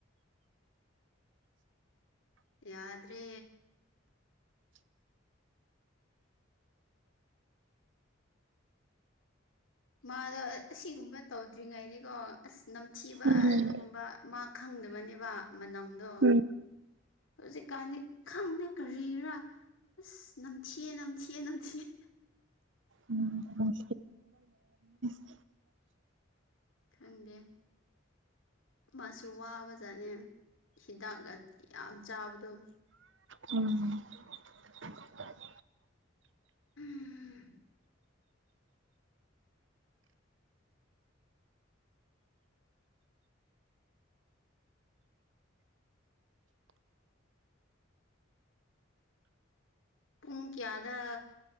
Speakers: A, on the left; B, on the right.
A: ꯌꯥꯗ꯭ꯔꯦ ꯃꯥꯗꯣ ꯑꯁꯤꯒꯨꯝꯕ ꯇꯧꯗ꯭ꯔꯤꯉꯩꯗꯤꯀꯣ ꯑꯁ ꯅꯝꯊꯤꯕ
B: ꯎꯝ
A: ꯑꯗꯨꯒꯨꯝꯕ ꯃꯥ ꯈꯪꯗꯕꯅꯦꯕ ꯃꯅꯝꯗꯣ
B: ꯎꯝ
A: ꯍꯧꯖꯤꯛꯀꯥꯟꯗꯤ ꯈꯪꯗꯦ ꯀꯔꯤꯔꯥ ꯑꯁ ꯅꯝꯊꯤꯑ ꯅꯝꯊꯤꯌꯦ ꯅꯝꯊꯤꯦ
B: ꯎꯝ <unintelligible>
A: ꯈꯪꯗꯦ ꯃꯁꯨ ꯋꯥꯕꯖꯥꯠꯅꯦ ꯍꯤꯗꯥꯛ ꯌꯥꯝ ꯆꯥꯕꯗꯣ
B: ꯎꯝ <unintelligible>
A: ꯎꯝ ꯎꯝ ꯄꯨꯡ ꯀꯌꯥꯗ